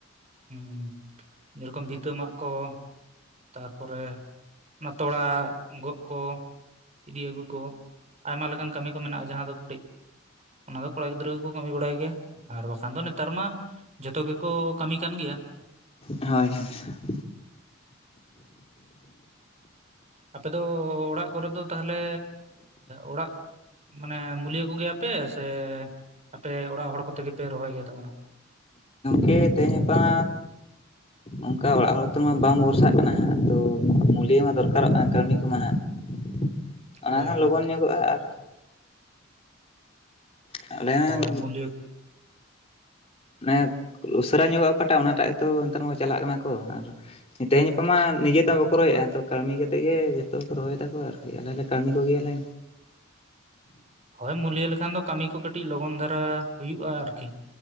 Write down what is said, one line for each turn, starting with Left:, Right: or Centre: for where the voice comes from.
Right: ᱩᱸᱦ ᱡᱮᱹᱨᱚᱠᱚᱢ ᱵᱷᱤᱛᱟᱹ ᱢᱟᱜ ᱠᱚ ᱛᱟᱨᱯᱚᱨᱮ ᱚᱱᱟ ᱛᱚᱲᱟ ᱜᱚᱜ ᱠᱚ, ᱤᱫᱤ ᱟᱹᱜᱩ ᱠᱚ ᱟᱭᱢᱟ ᱞᱮᱠᱟᱱ ᱠᱟᱢᱤ ᱠᱚ ᱢᱮᱱᱟᱜᱼᱟ ᱡᱟᱦᱟᱸ ᱫᱚ ᱠᱟᱹᱴᱤᱡ ᱚᱱᱟ ᱫᱚ ᱠᱚᱲᱟ ᱜᱤᱫᱽᱨᱟᱹ ᱜᱮᱠᱚ ᱠᱟᱹᱢᱤ ᱵᱟᱲᱟᱭ ᱜᱮᱭᱟ ᱟᱨ ᱵᱟᱠᱷᱟᱱ ᱫᱚ ᱱᱮᱛᱟᱨ ᱢᱟ ᱡᱷᱚᱛᱚ ᱜᱮᱠᱚ ᱠᱟᱹᱢᱤ ᱠᱟᱱ ᱜᱮᱭᱟ ᱾
Left: ᱦᱳᱭ ᱦᱳᱭ᱾
Right: ᱟᱯᱮ ᱫᱚ ᱚᱲᱟᱜ ᱠᱚᱨᱮ ᱫᱚ ᱛᱟᱦᱚᱞᱮ ᱚᱲᱟᱜ ᱢᱟᱱᱮ ᱢᱩᱞᱤᱭᱟᱹ ᱠᱚ ᱜᱮᱭᱟ ᱯᱮ ᱥᱮ ᱟᱯᱮ ᱚᱲᱟᱜ ᱦᱚᱲ ᱠᱚᱛᱮ ᱜᱮᱯᱮ ᱨᱚᱦᱚᱭ ᱤᱭᱟᱹ ᱛᱟᱵᱚᱱᱟ?
Left: ᱜᱚᱝᱠᱮ ᱛᱮᱦᱮᱧ ᱜᱟᱯᱟ ᱚᱱᱠᱟ ᱚᱲᱟᱜ ᱦᱚᱲ ᱛᱮᱢᱟ ᱵᱟᱢ ᱵᱷᱚᱨᱥᱟᱜ ᱠᱟᱱᱟ ᱦᱟᱸᱜ ᱛᱚ᱾ ᱢᱩᱞᱤᱭᱚ ᱦᱚᱸ ᱫᱚᱨᱠᱟᱨᱚᱜ ᱠᱟᱱᱟ ᱠᱟᱹᱢᱤ‌ ᱠᱚ ᱦᱟᱸᱜ ‌ ᱚᱱᱟ
Right: ᱦᱳᱭ
Left: ᱦᱚᱸ
Right: ᱦᱳᱭ
Left: ᱞᱚᱜᱚᱱ ᱧᱚᱜᱚᱜᱼᱟ᱾ ᱟᱨ ᱟᱞᱮ ᱨᱮᱱ
Right: ᱦᱳᱭ ᱢᱩᱞᱭᱟᱹ
Left: ᱢᱟᱱᱮ ᱩᱥᱟᱹᱨᱟ ᱧᱚᱜᱚᱜ ᱚᱠᱟᱴᱟᱜ ᱚᱱᱟᱴᱟᱜ ᱜᱮᱛᱚ ᱱᱮᱛᱟᱨ ᱦᱚᱸ ᱪᱟᱞᱟᱜ ᱠᱟᱱᱟ ᱠᱚ ᱟᱨ ᱛᱮᱦᱮᱧ ᱜᱟᱯᱟ ᱢᱟ ᱱᱤᱡᱮ ᱛᱮ ᱦᱚᱸ ᱨᱚᱦᱚᱭᱮᱫᱼᱟ ᱛᱚ ᱠᱟᱹᱢᱤ ᱠᱟᱛᱮ ᱜᱮ ᱡᱚᱛᱚ ᱜᱮᱠᱚ ᱨᱚᱦᱚᱭ ᱮᱫᱟᱠᱚ ᱟᱨᱠᱤ ᱟᱞᱮ ᱦᱚᱞᱮ ᱠᱟᱹᱢᱤ ᱠᱚᱜᱮᱭᱟᱞᱮ᱾
Right: ᱦᱳᱭ ᱢᱩᱞᱤᱭᱟᱹ ᱞᱮᱠᱷᱟᱱ ᱫᱚ ᱠᱟᱹᱢᱤ ᱠᱚ ᱠᱟᱹᱴᱤᱡ ᱞᱚᱜᱚᱱ ᱫᱷᱟᱨᱟ ᱦᱩᱭᱩᱜᱼᱟ ᱟᱨᱠᱤ᱾